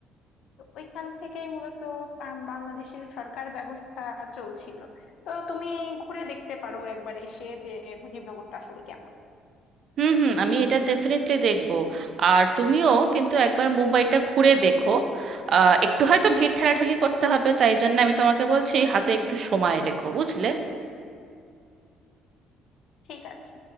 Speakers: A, on the left (about 65°); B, on the right (about 50°).
A: তো ওইখান থেকেই মূলত আম, বাংলাদেশের সরকার ব্যবস্থা চলছিল তো তুমি ঘুরে দেখতে পারো একবার এসে যে মুজিবনগরটা আসলে কেমন
B: হুম হুম আমি এটা ডেফিনেটলি দেখবো আর তুমিও কিন্তু একবার মুম্বাইটা ঘুরে দেখো আহ, একটু হয়তো ভিড় ঠেলাঠেলি করতে হবে তাই জন্য আমি তোমাকে বলছি হাতে একটু সময় রেখো বুঝলে
A: ঠিক আছে